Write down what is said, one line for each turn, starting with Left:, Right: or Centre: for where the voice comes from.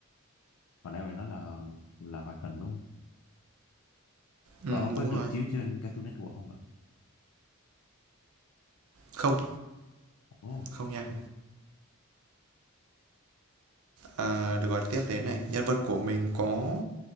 Left: Hồi nãy bạn nói là là hoạt hình đúng không? Ờ,
Right: ừ,
Left: có
Right: Đúng
Left: được
Right: rồi
Left: chiếu trên Cartoon Network không ạ?
Right: Không
Left: Ồ,
Right: Không nha
Left: đấy.
Right: À, được gọi tiếp đến này, nhân vật của mình có